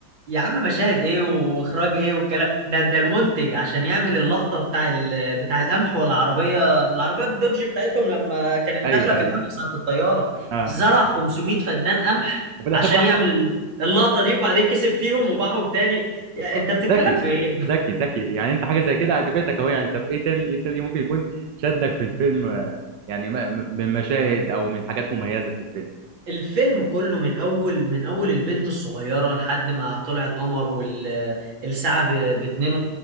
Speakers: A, on the right; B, on the right.
A: يا عم مشاهد ايه واخراج ايه والكلام ده ده المنتج عشان يعمل اللقطه بتاع ال... بتاع القمح والعربيه العربيه الدوج بتاعتهم لما كانت
B: ايوه
A: داخله في القمح ساعه الطياره
B: اه
A: زرع 500 فدان قمح
B: وفي الاخر
A: عشان
B: بعهم
A: يعمل ال- اللقطه دي وبعدين كسب فيهم وباعهم تاني يا
B: آه،
A: انت بتتكلم
B: ذكي
A: في ايه
B: ذكي ذكي يعني انت حاجه زي كده عجبتك اهو يعني طب ايه تاني ايه تاني ممكن يكون شدك في الفيلم آه، يعني ما- من مشاهد او من حاجات مميزه في الفيلم
A: الفيلم كله من اول من اول البنت الصغيره لحد ما طلع القمر والساعه ب اتنين